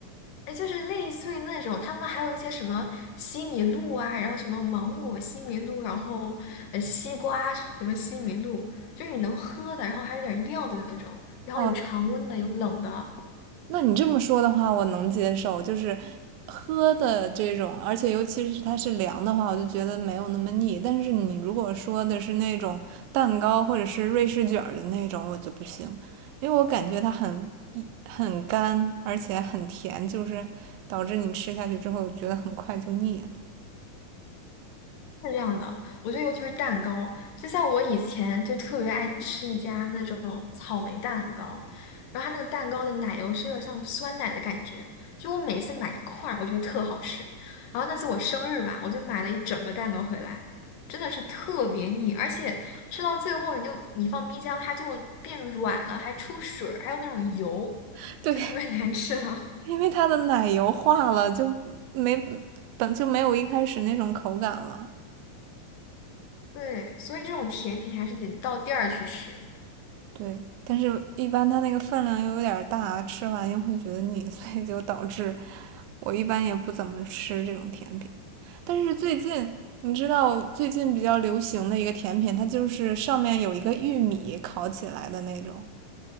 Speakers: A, on the left; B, on the right.
A: 哎，就是类似于那种他们还有一些什么西米露啊，然后什么芒果西米露，然后呃西瓜什么西米露，就是你能喝的，然后还有点料的那种，然后有常温的，
B: 哦。
A: 有冷的，
B: 那你这么说的话，我能接受，就是喝的这种，而且尤其是它是凉的话，我就觉得没有那么腻。但是你如果说的是那种蛋糕或者是瑞士卷儿的那种，我就不行，因为我感觉它很很干，而且很甜，就是导致你吃下去之后我觉得很快就腻了。
A: 是这样的，我觉得尤其是蛋糕，就像我以前就特别爱吃一家那种草莓蛋糕，然后它那个蛋糕的奶油是有点像酸奶的感觉，就我每次买一块儿，我觉得特好吃。然后那次我生日嘛，我就买了一整个蛋糕回来，真的是特别腻，而且吃到最后你就你放冰箱它就变软了，还出水儿，还有那种油，
B: <laughs> 对，
A: 就特别 <laughs> 难吃了。
B: 因为它的奶油化了，就没本就没有一开始那种口感了。
A: 对，所以这种甜品还是得到店儿去吃。
B: 对，但是一般它那个分量又有点儿大，吃完又会觉得腻，<laughs> 所以就导致我一般也不怎么吃这种甜品。但是最近，你知道最近比较流行的一个甜品，它就是上面有一个玉米烤起来的那种，